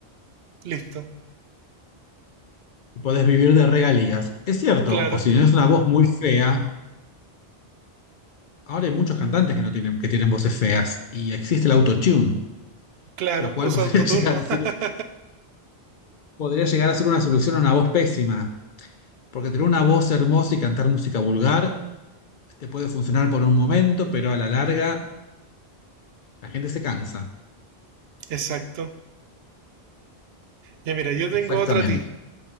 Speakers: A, on the right; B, on the left.
A: Listo.
B: Y podés vivir de regalías. Es cierto,
A: Claro,
B: o si tenés una voz muy fea, Ahora hay muchos cantantes que no tienen, que tienen voces feas y existe el autotune,
A: claro.
B: lo cual
A: Usa
B: <laughs> podría
A: autoturno.
B: llegar a ser,
A: <laughs>
B: podría llegar a ser una solución a una voz pésima, porque tener una voz hermosa y cantar música vulgar te puede funcionar por un momento, pero a la larga la gente se cansa.
A: Exacto. Ya mira, yo tengo
B: Exactamente.
A: otra a ti.